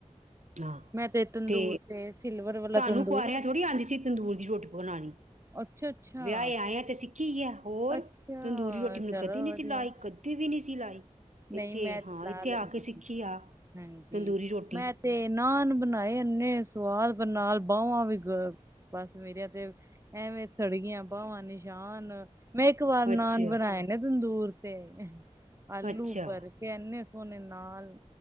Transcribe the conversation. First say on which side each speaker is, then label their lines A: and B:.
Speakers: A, on the right; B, on the right.
A: ਹਾਂ
B: ਮੈਂ ਤੰਦੂਰ
A: ਤੇ
B: ਸਿਲਵਰ ਵਾਲਾ
A: ਸਾਨੂੰ
B: ਤੰਦੂਰ
A: ਕੁਆਰਆ ਥੋੜੀ ਆਂਦੀ ਸੀ ਤੰਦੂਰ ਦੀ ਰੋਟੀ ਬਨਾਨੀ।
B: ਅੱਛਾ ਅੱਛਾ
A: ਵਿਆਐ ਆਏ ਆ ਤੇ ਸਿੱਖੀ ਯਾ ਹੋਰ
B: ਅੱਛਾ
A: ਤੰਦੂਰੀ ਰੋਟੀ ਮੈਂ
B: ਚਲੋ
A: ਕਦੀ ਨੀ
B: ਵਧੀਆ
A: ਸੀ ਲਾਈ ਕਦ ਕਦੀ ਵੀ ਨੀ ਸੀ ਲਾਈ
B: ਨਹੀਂ
A: ਐਥੇ
B: ਮੈਂ ਤੇ
A: ਆ
B: ਲਾ
A: ਐਥੇ
B: ਲੈਂਦੀ
A: ਆ ਕੇ
B: ਸੀ
A: ਸਿੱਖੀ ਆ
B: ਹਾਂਜੀ
A: ਤੰਦੂਰੀ ਰੋਟੀ।
B: ਮੈਂ ਤੇ ਨਾਨ ਬਨਾਏ ਇਨੇ ਸਵਾਦ ਨਾਲ ਬਵਾਂ ਵੀ ਗ ਬਸ ਮੇਰੀਆ ਤੇ ਐਵੇ ਸੜਗੀਆ ਬਾਵਾ ਨਿਸ਼ਾਨ ਮੈਂ ਇੱਕ ਵਾਰ ਨਾਨ
A: ਅੱਛਾ
B: ਬਨਾਏ ਦੂਰ ਤੇ ਆਲੂ।
A: ਅੱਛਾ
B: ਐਨੇ ਸੋਨੇ ਨਾਲ